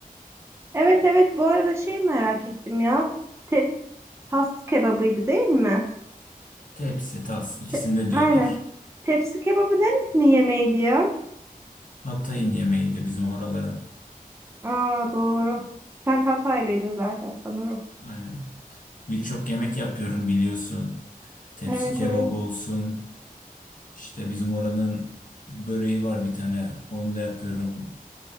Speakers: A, on the right; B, on the left.
A: Evet evet bu arada şey merak ettim ya. Te tas kebabıydı değil mi?
B: Tepsi, tas ikisinde
A: Te-
B: diyorlar.
A: Aynen. Tepsi kebabı neresinin yemeğiydi ya?
B: Hatay'ın yemeği de bizim oraların.
A: Aa doğru. Sen Hataylıydın zaten sanırım.
B: Aynen. Birçok yemek yapıyorum biliyorsun. Tepsi
A: Evet
B: kebabı
A: evet.
B: olsun. İşte bizim oranın böreği var bir tane. Onu da yapıyorum.